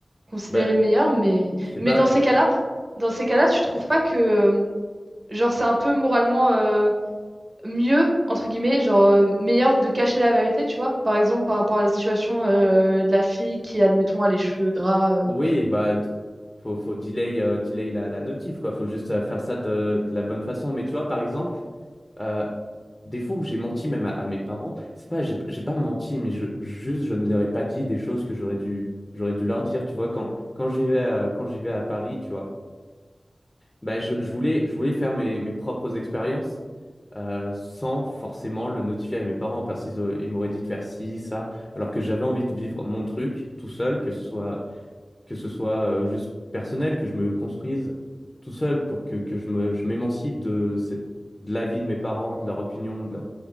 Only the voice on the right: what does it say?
considéré
meilleur, mais,
mais
dans ces cas-là, pou- dans ces cas-là, tu trouves pas que, euh, genre, c'est un peu moralement euh, mieux, entre guillemets, genre, euh, meilleur de cacher la vérité, tu vois, par exemple, par rapport à la situation euh, de la fille qui, admettons, a les cheveux gras euh,